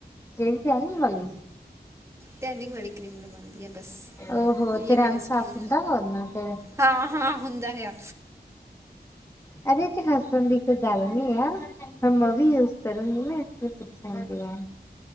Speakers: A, on the left; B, on the right.
A: ਜਿਹੜੀ ਟੈਨਿੰਗ ਵਾਲੀ।
B: ਟੈਂਨਿੰਗ ਵਾਲੀ ਕ੍ਰੀਮ ਲਗਉਂਦੀ ਆ ਬਸ,
A: ਓਹੋ
B: ਇਹੀ
A: ਤੇ
B: ਹੈ
A: ਰੰਗ
B: ਮੇਰੇ ਸਕਿੰਨ
A: ਸਾਫ਼ ਹੁੰਦਾ ਵਾ ਉਹਦੇ ਨਾਲ ਫਿਰ
B: ਹਾਂ ਹਾਂ ਹੁੰਦਾ ਐ।
A: ਅਰੇ ਇਹਦੇ ਚ ਹੱਸਣ ਦੀ ਕੋਈ ਗੱਲ ਨੀ ਆ। ਫਿਰ ਮੈਂ ਵੀ ਯੂਜ ਕਰੂੰਗੀ ਨਾ ਇਸ ਕਰਕੇ ਪੁੱਛਣ ਡਹੀ ਆ।